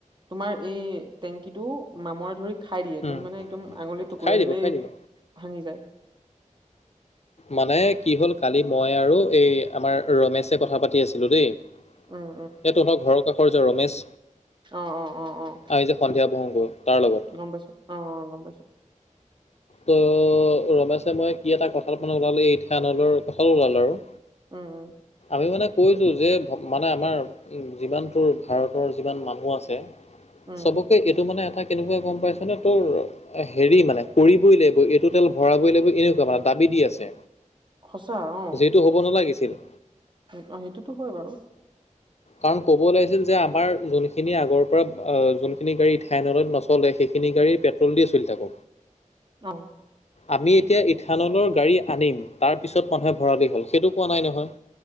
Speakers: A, on the right; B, on the left.
A: তোমাৰ এই টেংকিটো মামৰে ধৰি খাই দিয়ে।
B: উম
A: তুমি মানে একদম আঙুলিৰ টুকুীয়া
B: খাই দিব
A: দিলেই
B: খাই দিব
A: ভাঙি যায়।
B: মানে কি হ'ল কালি মই আৰু এই আমাৰ ৰমেশে কথা পাতি আছিলোঁ দেই। সেইটোহও
A: উম
B: ঘৰৰ কাষৰ যে ৰমেশ
A: অহ, অ', অ', অ',
B: আমি যে সন্ধিয়া বহোগৈ তাৰ লগত
A: গম পাইছো অহ, অ, গম পাইছো।
B: ত ৰমাশে মই কি এটা কঁঠাল মানে ওলালো এই থাইানৰ কঁঠাল ওলালো আৰু।
A: উম, উম।
B: মই মানে কৈছোঁ যে মানে আমাৰ যিমানটোৰ ভাৰতৰ যিমান মানুহ আছে।
A: উম
B: চবকে এইটো মানে এটা কেনেকুৱা গম পাইছ নে তোৰ হেৰি মানে কৰিবই লাগিব এইটো তেল ভৰাবই লাগিব এনেকুৱা মানে দাবী দি আছে।
A: সঁচা অ
B: যিটো হ'ব নালাগিছিল।
A: সেইটোতো হয় বাৰু।
B: কাৰণ ক'ব ওলাইছিল যে আমাৰ যোনখিনি আগৰ পৰা যোনখিনি গাড়ী ঠাইনৈ নচলে সে তিনি গাড়ীৰ পেট্ৰল দিয়ে চলি যাব।
A: অ'।
B: আমি এতিয়া ইথানলৰ গাড়ী আনিম তাৰ পিছত মানুহে ভঁৰালি হ'ল সেইটো কোৱা নাই নহয়।